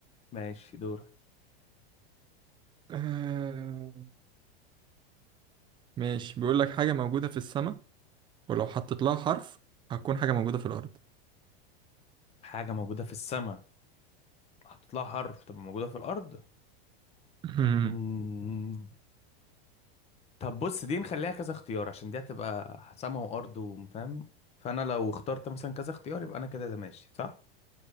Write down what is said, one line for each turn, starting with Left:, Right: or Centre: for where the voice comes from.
Left: ماشي دور
Right: آه، ماشي بيقول لك حاجة موجودة في السماء ولو حطيت لها حرف هتكون حاجة موجودة في الأرض
Left: حاجة موجودة في السماء هتطلع حرف تبقى موجودة في الأرض
Right: <laughs> مم.
Left: مم. طب بص دي نخليها كذا اختيار عشان دي هتبقى سما وأرض وفاهم فأنا لو اخترت مثلا كذا اختيار يبقى أنا كده ده ماشي صح؟